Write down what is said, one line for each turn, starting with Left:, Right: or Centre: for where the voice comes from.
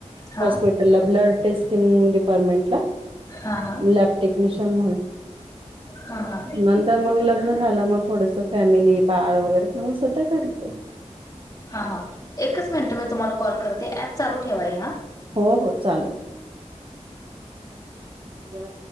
Left: हा
Right: हॉस्पिटलला ब्लड टेस्टिंग डिपार्टमेंटला.
Left: हा हा.
Right: <inaudible> म्हणून
Left: हां हां
Right: मंग तर मंग लग्न झालं मा थोडस फॅमिली बाळ वगैरे काम काय असेल ते करायचं.
Left: हा हा एकच मिनिट मी तुम्हाला कॉल करते ऍप चालू ठेवा हे हा
Right: हो हो चालू आहे. बर.